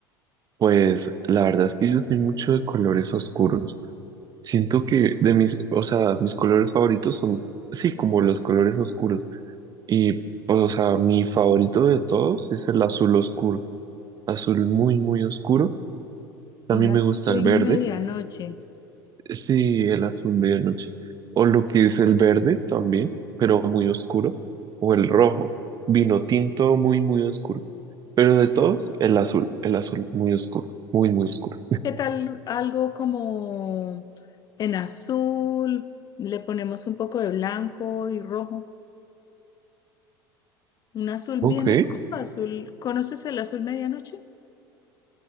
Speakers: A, on the right; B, on the left.
A: pues la verdad es que yo soy mucho de colores oscuros. Siento que de mis, o sea, mis colores favoritos son, sí, como los colores oscuros. Y pues, o sea, mi favorito de todos es el azul oscuro. Azul muy, muy oscuro. También
B: Un
A: me
B: azul
A: gusta el verde.
B: medianoche.
A: Sí, el azul medianoche. O lo que es el verde también, pero muy oscuro. O el rojo. Vino tinto muy, muy oscuro. Pero de todos, el azul. El azul muy oscuro. Muy, muy oscuro.
B: ¿Qué tal algo como en azul? Le ponemos un poco de blanco y rojo. Un azul
A: Ok.
B: bien oscuro, azul. ¿Conoces el azul medianoche?